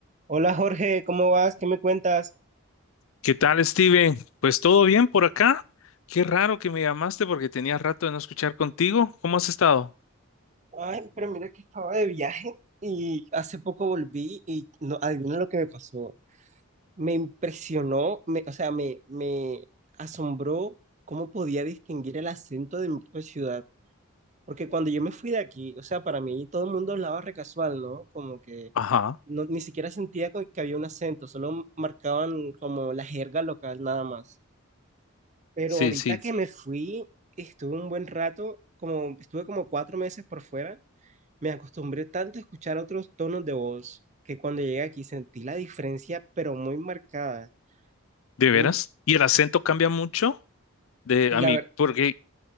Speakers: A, on the right; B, on the left.
A: Hola Jorge, ¿cómo vas? ¿Qué me cuentas?
B: ¿Qué tal, Steven? Pues todo bien por acá. Qué raro que me llamaste porque tenía rato de no escuchar contigo. ¿Cómo has estado?
A: Ay, pero mira que estaba de viaje y hace poco volví y no, adivina lo que me pasó. Me impresionó, me- o sea, me, me asombró cómo podía distinguir el acento de mi propia ciudad. Porque cuando yo me fui de aquí, o sea, para mí todo el mundo hablaba re casual, ¿no? Como que
B: Ajá,
A: no, ni siquiera sentía co- que había un acento, solo marcaban como la jerga local nada más. Pero
B: sí,
A: ahorita
B: sí,
A: que me fui, estuve un buen rato, como estuve como cuatro meses por fuera, me acostumbré tanto a escuchar otros tonos de voz que cuando llegué aquí sentí la diferencia, pero muy marcada.
B: de
A: Uf,
B: veras. ¿Y el acento cambia mucho? De
A: y
B: a
A: la,
B: mí,
A: ver-
B: porque,